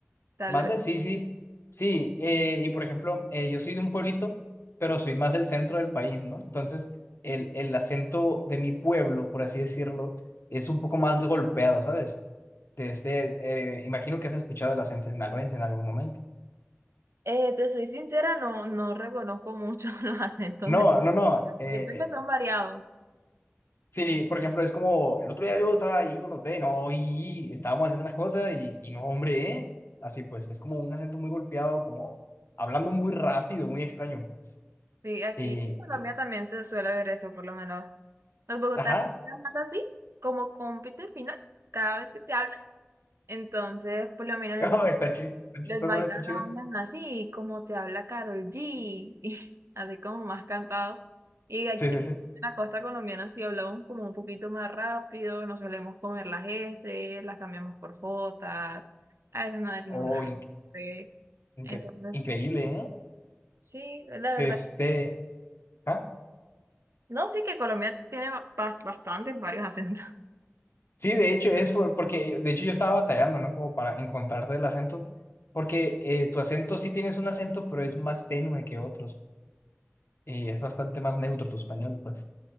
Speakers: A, on the right; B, on the left.
A: Tal
B: Mande,
A: vez.
B: sí, sí, sí. eh, y por ejemplo, eh, yo soy de un pueblito, pero soy más del centro del país, ¿no? Entonces, el, el acento de mi pueblo, por así decirlo, es un poco más golpeado, ¿sabes? De este, eh, imagino que has escuchado el acento sinaloense en algún momento.
A: Eh, te soy sincera, no, no reconozco mucho <laughs> los acentos
B: No,
A: de...
B: no, no. eh,
A: Siento que son variados.
B: sí, por ejemplo, es como el otro día yo estaba ahí con los no, y estábamos haciendo unas cosas y, y no, hombre, ¿eh? Así pues, es como un acento muy golpeado, como hablando muy rápido, muy extraño, pues.
A: Sí, aquí
B: Eh,
A: en Colombia
B: eh,
A: también se suele ver eso, por lo menos. Los bogotanos
B: ajá,
A: son más así, como compiten final, cada vez que te hablan. Entonces, por lo menos
B: <laughs> No,
A: los,
B: está chi- está chistoso,
A: los bailas
B: está chido.
A: hablan así, y como te habla Karol G, y <laughs> así como más cantado. Y aquí
B: Sí, sí,
A: en
B: sí.
A: la costa colombiana sí hablamos como un poquito más rápido, no solemos comer las S, las cambiamos por Jotas, a veces no decimos
B: Oh,
A: la
B: inc-
A: R.
B: inque-
A: Entonces,
B: increíble, ¿eh?
A: sí, la verdad.
B: Este, ¿ah?
A: No, sí que Colombia tiene ba- bastantes, varios acentos.
B: Sí, de hecho, es por- porque, de hecho, yo estaba batallando, ¿no? Como para encontrarte el acento, porque eh, tu acento sí tienes un acento, pero es más tenue que otros, y es bastante más neutro tu español, pues,